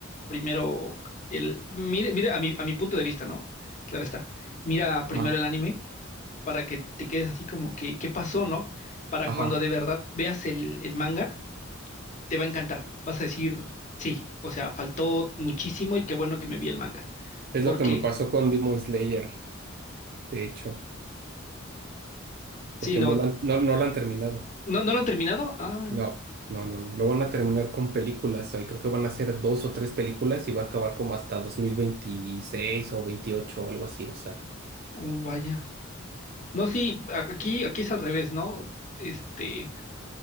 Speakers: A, on the left; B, on the right.
A: primero el, mire, mire, a mi, a mi punto de vista, ¿no? Claro está. Mira primero
B: ajá,
A: el anime para que te quedes así como que, ¿qué pasó, no? Para
B: ajá.
A: cuando de verdad veas el, el manga, te va a encantar. Vas a decir, sí, o sea, faltó muchísimo y qué bueno que me vi el manga.
B: Es
A: Porque,
B: lo que me pasó con Demon Slayer, de hecho,
A: sí,
B: porque
A: no.
B: no la, han- no, no la han terminado.
A: ¿No, no lo han terminado? Ah,
B: No, no, no, no. Lo van a terminar con películas. Ahí creo que van a ser dos o tres películas y va a acabar como hasta 2026 o 28 o algo así. O sea,
A: oh, vaya. No, sí, a- aquí, aquí es al revés, ¿no? Este,